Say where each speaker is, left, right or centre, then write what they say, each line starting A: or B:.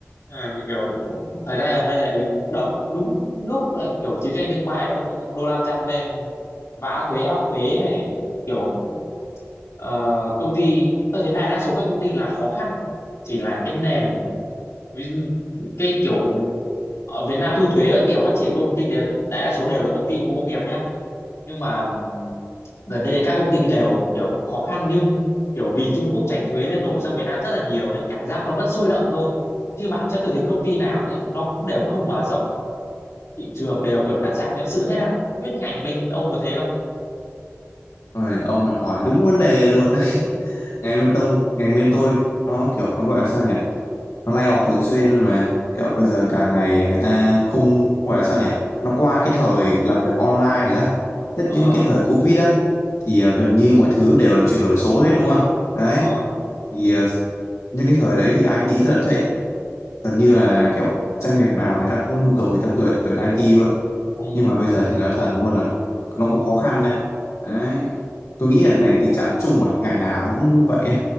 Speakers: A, on the left (about 65°); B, on the left (about 85°).
A: Ờ, kiểu thời gian gần đây lại đập đúng lúc là kiểu chiến tranh thương mại ông Donald Trump lên vã thuế áp thuế này kiểu Ờ, công ty tôi thấy đại đa số các công ty là khó khăn chỉ là cái nền ví dụ, cái kiểu ở Việt Nam thu thuế các kiểu phát triển công ty đến đại đa số đều là công ty khu công nghiệp nhá nhưng mà ừm, gần đây các công ty đều kiểu khó khăn nhưng kiểu vì Trung Quốc tránh thuế nên đổ sang Việt Nam rất là nhiều nên cảm giác nó vẫn sôi động thôi chứ bản chất tôi thấy công ty nào ấy, nó cũng đều không mở rộng thị trường đều kiểu cắt giảm nhân sự hết á không biết ngành bên ông có thế không
B: Rồi ông này hỏi đúng vấn đề luôn đấy. <laughs> Ngành bên tông, ngành bên tôi nó kiểu nó gọi là sao nhỉ? Nó lay off thường xuyên luôn mà. Kiểu bây giờ cả ngày người ta không gọi là sao nhỉ? Nó qua cái thời làm việc online rồi đó. Nhất
A: ờ
B: những cái thời Covid á thì ờ, gần như mọi thứ đều là chuyển đổi số hết đúng không? Đấy.
A: ờ
B: Thì ờ, những cái thời đấy thì IT rất là thịnh. Gần như là kiểu doanh nghiệp nào người ta cũng có nhu cầu người ta tuyển tuyển IT luôn.
A: ừ.
B: Nhưng mà bây giờ thì nói thật luôn là nó cũng khó khăn này. Đấy tôi nghĩ là này tình trạng chung rồi ngành nào nó cũng vậy ấy.